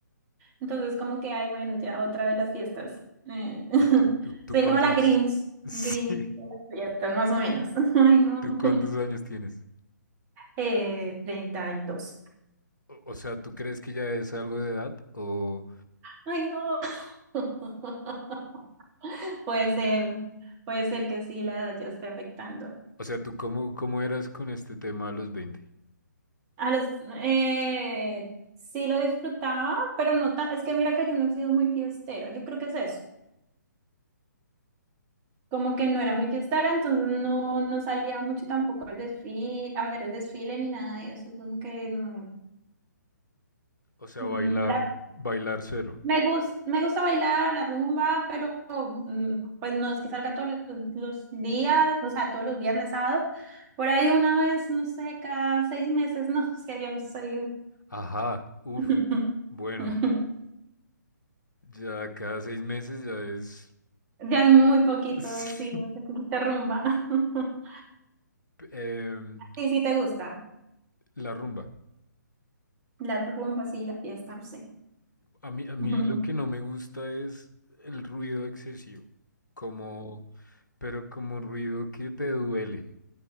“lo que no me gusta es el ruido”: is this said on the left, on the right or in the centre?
Left